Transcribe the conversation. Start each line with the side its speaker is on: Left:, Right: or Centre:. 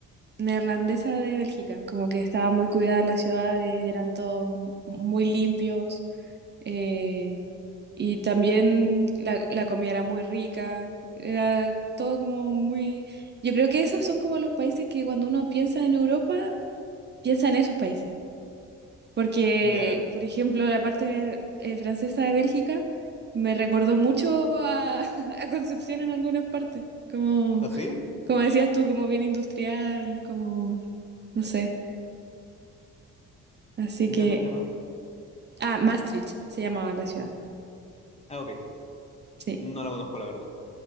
Right: neerlandesas de Bélgica. Como que estaba muy cuidada la ciudad, eran todos muy limpios. eh, y también la, la comida era muy rica, era todo como muy... Yo creo que esos son como los países que cuando uno piensa en Europa, piensa en esos países. Porque,
Left: Ya.
Right: por ejemplo, la parte eh, francesa de Bélgica me recordó mucho a, <laughs> a Concepción en algunas partes. Como,
Left: ¿Así?
Right: como decías tú, como bien industrial, como, no sé. Así
Left: Mira
Right: que...
Left: tú, qué raro.
Right: Ah, Maastricht se llamaba la ciudad.
Left: Ah, ok.
Right: Sí.
Left: No la conozco, la verdad.